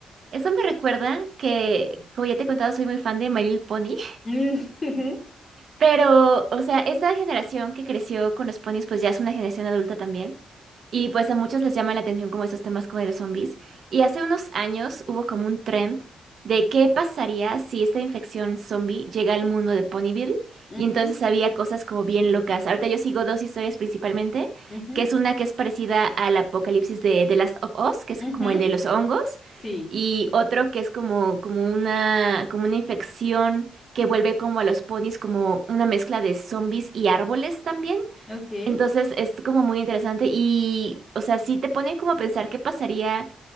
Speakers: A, on the right; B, on the left.
A: Eso me recuerda que, como ya te he contado, soy muy fan de My Little Pony.
B: Mm,
A: Pero, o sea, esta generación que creció con los ponis, pues ya es una generación adulta también. Y pues a muchos les llama la atención como esos temas como de los zombies. Y hace unos años hubo como un trend de qué pasaría si esta infección zombie llega al mundo de Ponyville.
B: ujú,
A: Y entonces
B: mm,
A: había cosas como bien locas. Ahorita yo sigo dos historias principalmente,
B: ujú,
A: que es una que es parecida al apocalipsis de The Last of Us, que es
B: ujú,
A: como
B: ujú.
A: el de los hongos,
B: Sí,
A: y otro que es como, como una, como una infección que vuelve como a los ponis como una mezcla de zombies y árboles también.
B: ok.
A: Entonces es como muy interesante y, o sea, sí te pone como a pensar qué pasaría